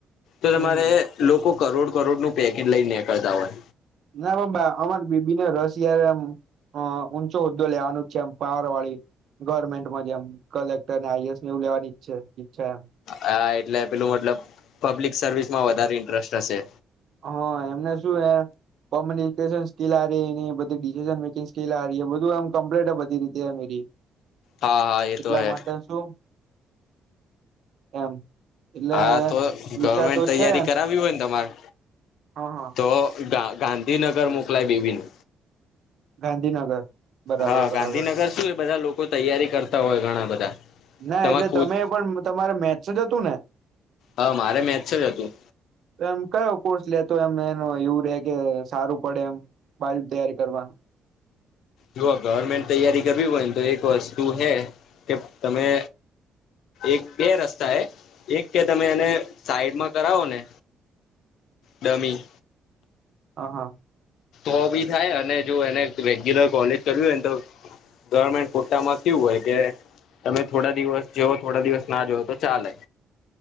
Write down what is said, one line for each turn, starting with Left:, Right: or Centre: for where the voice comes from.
Left: તો તમારે
Right: હમ હમ
Left: લોકો કરોડ કરોડ નું પેકેજ લઈ નીકળતા હોય
Right: ના પણ અમાર બીબીને રસ યાર એમ હ ઊંચો હોદ્દો લેવાનું જ છે એમ પાવર વાળી ગવર્મેન્ટમાં જમ કલેક્ટર ને આઈએસ એવું લેનીઈચ્છે ઈચ્છા એમ
Left: હા એટલે પેલું મતલબ પબ્લિક સર્વિસ માં વધારે ઇન્ટરેસ્ટ હશે
Right: હા એમને શું હાર કોમ્યુનિકેશન સ્કીિલ આ ર એની બધી ડિસિસન મેકિંગ સ્કીિલ આ ર બધું એમ કમ્પ્લીટ બધી રીતેરી
Left: હા હા એ
Right: એટલા
Left: તો હે
Right: માટે શું એમ એટલે
Left: હા તો
Right: વિચાર
Left: ગવર્મેન્ટ
Right: તો
Left: તૈયારી
Right: છે
Left: કરાવી હોય ને તમારે
Right: હા હા
Left: તો ગા ગાંધીનગર મોકલાય બેબી ન
Right: ગાંધીનગર બરાબર
Left: હા
Right: બરાબર
Left: ગાંધીનગર શું એ બધા લોકો તૈયારી કરતા હોય ઘણા બધા
Right: ના
Left: તમારે
Right: એટલે
Left: કોચ
Right: તમે પણ તમારે મેચ જ હતું ને
Left: હા મારે મેથ્સ જ હતું
Right: એમ કયો કોર્સ લેતો એમને એવું રે કે સારું પડે એમ બાલ તૈયારી કરવાનું
Left: જો ગવર્મેન્ટ તૈયારી કરવી હોય ને તો એક વસ્તુ હે કે તમે એક બે રસ્તા એ એક કે તમે એને સાઈડમાં કરાવો ને ડમી
Right: હ હા
Left: હો બી થાય અને જો એને રેગ્યુલર કોલેજ કર્યું હોયને તો ગવર્મેન્ટ ખોટામાં કેવું હોય કે તમે થોડા દિવસ જોવ થોડા દિવસ ના જોઓ તો ચાલે.